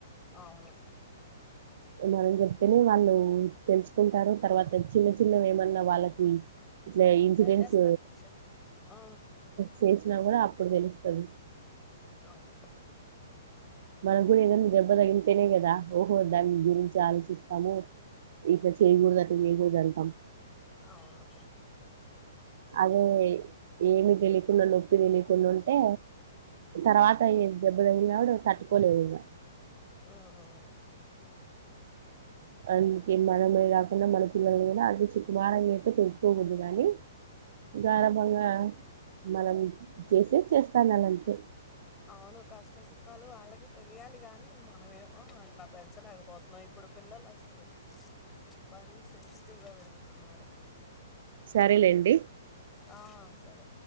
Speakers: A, on the left (about 15°); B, on the right (about 50°).
A: అవును
B: మనం చెప్తేనే వాళ్ళు తెలుసుకుంటారు తర్వాత చిన్న చిన్నవి ఏమన్నా వాళ్ళకి ఇట్ల ఇన్సిడెన్స్
A: నేను తెస్తా కూర్చో ఆ
B: చేసినా కూడా అప్పుడు తెలుస్తుంది
A: అవును
B: మనకు గుడ ఏదైన్నా దెబ్బ తగిలింటేనే కదా ఓహో దాని గురించి ఆలోచిస్త తము ఇట్ల చేయకూడదు అట్లా చేకూదంటాం
A: అవును
B: అదే ఏమి తెలియకుండా నొప్పి తెలియకుండా ఉంటే తర్వాత
A: మ్మ్
B: దెబ్బలుయినప్పుడు తట్టుకోలేవు ఇగ
A: ఆ ఆ
B: అందుకే మనమే కాకుండా మన పిల్లల కూడా అతి సుకుమారంగా అయితే తెంచుకోకూడదు కానీ గారాబంగా మనం చేసే చేస్తా ఉండలే అంతే
A: అవును కష్ట సుఖాలు వాళ్ళకి తెలియాలి గాని మనమేమ అట్లా పెంచలేకపోతున్నావు ఇప్పుడు ఇప్పుడు పిల్లలు అసలు మారీ సెన్సిటివ్ గా పెరుగుతున్నారు
B: సరేలేండి
A: ఆ సరే